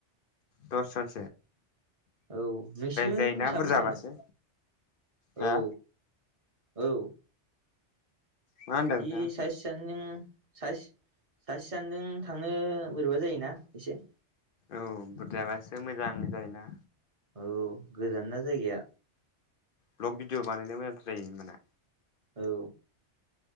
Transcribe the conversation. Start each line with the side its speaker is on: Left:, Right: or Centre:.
Left: दस जन
Right: औ नोंसिनिजों
Left: जायोना
Right: साबेसे
Left: बुरजाबासो
Right: थांगोन
Left: हा
Right: औ औ
Left: मा होनदों
Right: बिदि
Left: नोंथाङा
Right: साइसे सानैजों साइस सासे सानैजों थांनो बोरैबा जायोना एसे
Left: औ बुरजाबासो मोजां जायोना
Right: औ गोजान ना जायगाया
Left: ब्लक भिडिअ बानायनो मोजांथार जायो होमबाना
Right: औ